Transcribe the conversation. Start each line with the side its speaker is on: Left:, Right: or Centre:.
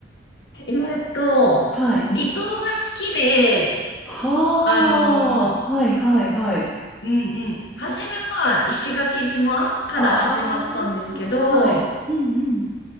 Left: えっと、
Centre: はい。
Left: 離島が好きで、
Centre: はあ、
Left: あの
Centre: はいはいはい。
Left: うんうん。初めは石垣島から始まったんですけど、
Centre: ああ、は、はい。うんうん。